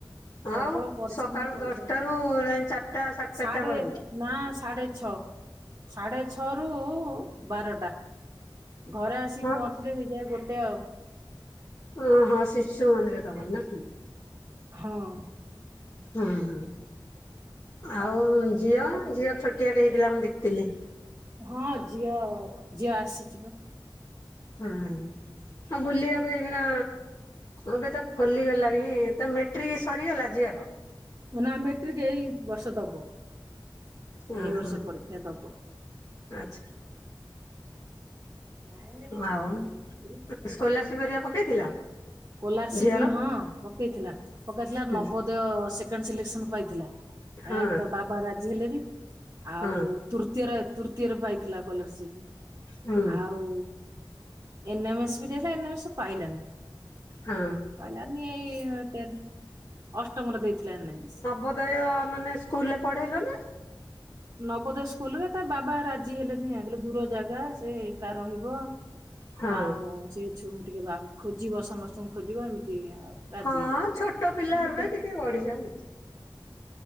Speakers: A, on the right; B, on the left.
A: ପ୍ରବଳ
B: ଆଉ
A: ପରିଶ୍ରମ
B: ସକାଳୁ
A: ପଇସା
B: ଦଶଟାରୁ
A: ପତ୍ର
B: ଯାଇ ଚାଟା ସାଢ଼େ
A: ସାଢେ
B: ଚାଟା ପର୍ଯ୍ୟନ୍ତ।
A: ନା ସାଢ଼େ ଛଅ, ସାଢ଼େ ଛଅରୁୁ ବାରଟା। ଘରେ ଆସିକି
B: ହଁ
A: ପହଞ୍ଚିଲେ ହେଇଯାଏ ଗୋଟେ ଆଉ।
B: ଓ ହଁ ଶିଶୁ ମନ୍ଦିର ତୋମର ନା କି?
A: ହଁ।
B: ଅଁ, ହଁ। ଆଉ ଝିଅ, ଝିଅ ଛୋଟିଆ ଟେ ହେଇଥିଲା ମୁଁ ଦେଖିଥିଲି।
A: ହଁ ଝିଅ, ଝିଅ ଆସିଚି ପା।
B: ଅଁ, ହଁ। ହଁ ବୁଲିବାକୁ ଏଇଖିଣା ଏବେ ତ ଖୋଲିଗଲାଣି। ତ ମେ ଟ୍ରିକି ସରିଗଲା ଝିଅର?
A: ନା ମେଟ୍ରିକ୍ ଏଇ ବର୍ଷ ଦବ।
B: ଉଁ
A: ଏଇ ବର୍ଷ
B: ହୁଁ
A: ପରୀକ୍ଷା ଦବ।
B: ଆଚ୍ଛା
A: ଲାଇନ୍ ଟା ତ କଟିଯିବ
B: ଆଉ ସ୍କଲାରସିପ ହେରିକା ପକେଇଥିଲ?
A: <inaudible> କଲାରସିପ୍
B: ଝିଅର
A: ହଁ ପକେଇଥିଲା। ପକେଇଥିଲା
B: ହୁଁ
A: ନବ ଦୟ ସେକେଣ୍ଡ ସିଲେକ୍ସନ୍ ପାଇଥିଲା।
B: ହଁ
A: ଏ ତା ବାବା ରାଜି ହେଲେନି। ଆଉ
B: ହଁ
A: ତୃତୀୟରେ ତୃତୀୟରେ ପାଇଥିଲା କଲରସିପ୍।
B: ହୁଁ।
A: ଆଉ ଏନେମେସ୍ ବି ଦେଇଥିଲା। ଏନେମେସ୍ ପାଇଲାନି।
B: ହଁ
A: ପାଇଲାନି ଏଇ ଟେନ୍ ଅଷ୍ଟମରେ ଦେଇଥିଲା ଏନେମେସ୍।
B: ବୋଦୟ ନନେ ସ୍କୁଲ୍ ରେ ପଢ଼େଇଲନି।
A: ନବୋଦୟ ସ୍କୁଲ୍ ରେ ତା ବାବା ରାଜି ହେଲେନି ଆ। ବୋଲି ଦୂର ଜାଗା ସେ ଏକା ରହିବ।
B: ହଁ
A: ଆଉ ସେ ଛୁମ୍ ଟିକେ ବା- ଖୋଜିବ ସମସ୍ତଙ୍କୁ ଖୋଜିବ ଏମିତି ଆଉ। ରାଜି
B: ହଁ
A: ହେଲେନି।
B: ଛୋଟ ପିଲା
A: ଯେତେ
B: ଏବେ ଟିକେ ବଢିଯାଉ <inaudible>